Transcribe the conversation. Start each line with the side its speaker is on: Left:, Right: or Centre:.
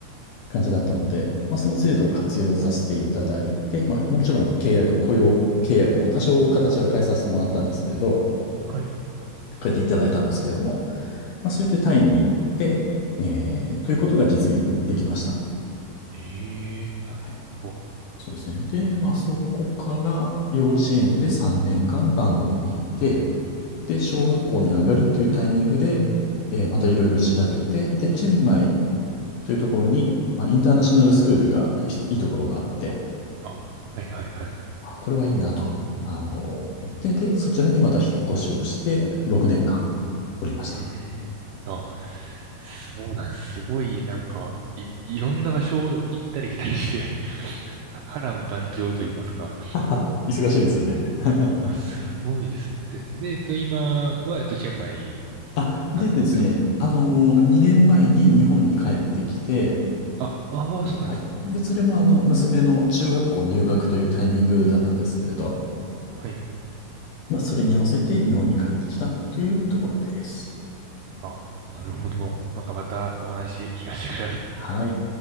Left: 感じだったので、まあ、その制度を活用させていただいて、
Right: はい。
Left: まあ、もちろん契約、雇用契約も多少形は変えさせてもらったんですけれど、
Right: はい。
Left: 変えていただいたんですけれども、まあ、それでタイに行って、えー、ということが実現できました。
Right: ええーなるほど。
Left: はい。そうですね。で、まあ、そこから幼稚園で3年間バンコクにいて、で、小学校に上がるというタイミングで、
Right: うん
Left: えーまたいろいろ調べて、で、チェンマイというところに、まあ、インターナショナルスクールがいいところがあって、
Right: あ、はいはいはい。
Left: あ、これはいいなと。あの、で、で、そちらにまた引っ越しをして、6年間おりました。
Right: うーん。あ、そうなんです。すごい、なんか、い、いろんな場所を行ったり来たりして <laughs> 波乱万丈と言いますか。
Left: <laughs> 忙しいですよね。<laughs>
Right: あすごいですね。で、で、えっと、今は、えっと、チェンマイ
Left: あ、でですね、
Right: なんですか
Left: あの、2年前に日本に帰ってきて、
Right: あ、ああ、そうなんですね。
Left: はい。で、それもあの、娘の中学校入学というタイミングだったんですけれど、
Right: はい。
Left: まあ、それに合わせて日本に帰ってきたというところです。
Right: あ、なるほど。なんかまたお話聞かせてください。
Left: はい。